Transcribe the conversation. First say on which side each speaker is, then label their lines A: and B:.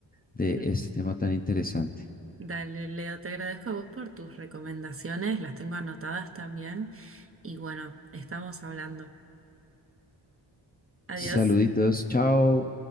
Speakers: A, on the left (about 20°); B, on the right (about 30°).
A: de
B: Mm,
A: este tema tan interesante.
B: Dale, Leo, te agradezco a vos por tus recomendaciones, las tengo anotadas también. Y bueno, estamos hablando. Adiós.
A: Saluditos, chao.